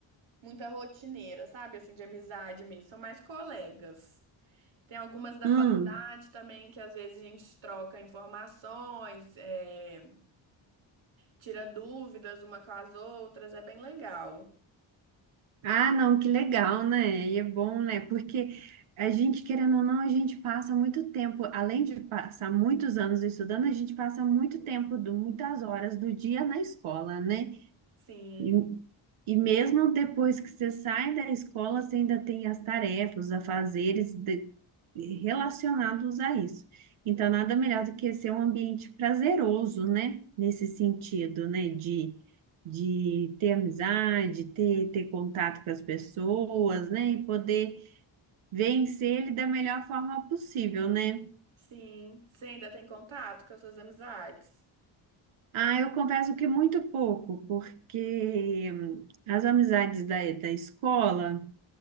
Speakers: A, on the right; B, on the right.
A: muita rotineira, sabe? Assim, de amizade mesmo. São mais colegas. Tem algumas da
B: Hum.
A: faculdade também que às vezes a gente troca informações, é, tira dúvidas uma com as outras, é bem legal.
B: Ah, não, que legal, né? E é bom, né? Porque a gente, querendo ou não, a gente passa muito tempo, além de passar muitos anos estudando, a gente passa muito tempo, do- muitas horas do dia na escola, né?
A: Sim,
B: E, e mesmo depois que você sai da escola, você ainda tem as tarefas, os afazeres de- relacionados a isso. Então, nada melhor do que ser um ambiente prazeroso, né? Nesse sentido, né? De, de ter amizade, ter, ter contato com as pessoas, né? E poder vencer ele da melhor forma possível, né?
A: sim. Você ainda tem contato com as suas amizades?
B: Ah, eu confesso que muito pouco, porque hum, as amizades da, da escola.